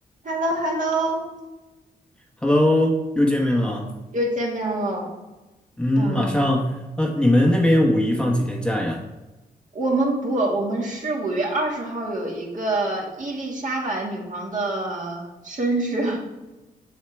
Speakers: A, on the right (about 50°); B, in the centre.
A: h e l l o h e l l o
B: Hello，又见面了。
A: 又见面了。
B: 嗯，
A: 嗯，
B: 马上，呃，你们那边五一放几天假呀？
A: 我们不，我们是五月二十号有一个伊丽莎白女皇的生日